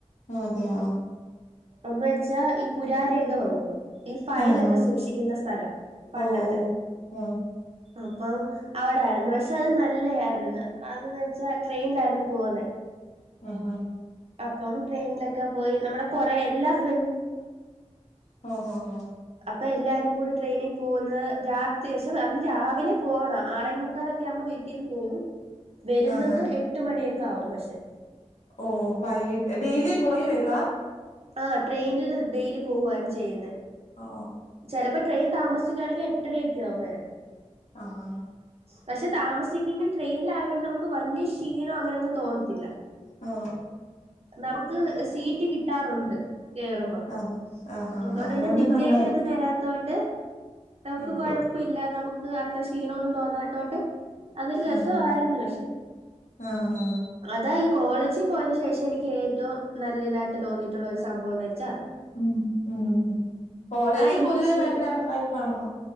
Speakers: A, on the left; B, on the right.
A: ആ അതെയ ആഹ
B: ഒന്നവെച്ചാ ഈ പുരാരേഖ വകുപ്പ് ഈ ഫയലൊക്കെ
A: ആഹ്
B: സൂക്ഷിക്കുന്ന സ്ഥലം പണ്ടത്തെ
A: ഓ ഓ ആഹ്
B: അപ്പം അവിടായിരുന്നുച്ച പ്പത് നല്ലയായിരുന്നു അതന്ന് വെച്ചാ ട്രെയിനിലായിരുന്നു പോവന്നെ
A: ആഹ
B: അപ്പം ട്രെയിനിലൊക്കെ പോയി നമ്മുടെ കൊറേ എല്ലാസ്
A: ഹാ ഹാ ഹാ
B: അപ്പൊ എല്ലാരും കൂടെ ട്രെയിനി പോകുന്ന് രാത്രി പക്ഷെ അന്ന് രാവിലെ പോവണം ആറേമുക്കാലൊക്കെ ആവുമ്പോക്കെ വീട്ടീന്ന് പോകും വരുന്നത്
A: ആഹ്
B: എട്ട് മണിയൊക്കെ ആവും പക്ഷെ
A: ഓ വൈകീട്ട് ഡെയിലി പോയി വരുവാ
B: ആ ട്രെയിനിൽ ഡെയിലി പോവ്വായിരുന്നചെയ്യുന്ന
A: ഓ
B: ചെലപ്പ് പ്പൊ ട്രെയിൻ താമസിച്ച്ക്കാണെങ്കിൽ എട്ടരയൊക്കെ ആവും വരാൻ
A: അഹാ
B: പക്ഷെ താമസിക്കെങ്കിൽ ട്രെയിനൽ ആയതോണ്ട് നമുക്ക് വല്യ ശീ <unintelligible> അങ്ങനങ് തോന്നത്തില്ല
A: ആ
B: നമുക്ക് സീറ്റ് കിട്ടാറുണ്ട് കേറുമ്പം
A: അതെ ആഹാ
B: അതുകൊണ്ട് തന്നെ നിക്കേണ്ടി
A: നന്നായി
B: ഒന്നും വരാത്തൊണ്ട് നമുക്ക്
A: ഉം
B: കൊഴപ്പില്ല നമുക്ക് ഇത്ര ക്ഷീണൊന്നും തോന്നാത്തോണ്ട് അതൊരു രസമായിരുന്നു
A: ആഹാ
B: പക്ഷെ
A: ആഹാ
B: അതാ ഈ കോളേജിൽ പോയന് ശേഷം എനിക്ക് ഏറ്റവും നല്ലതായി്ട്ട് തോന്നയിട്ടുള്ള ഒരു സംഭവംന്ന് വെച്ചൽ
A: ഉം ഉ കോളേജ്
B: ആ എങ്കിൽ
A: പൊതുവെ
B: ശരി
A: ഭയങ്കര വയ്പാണോ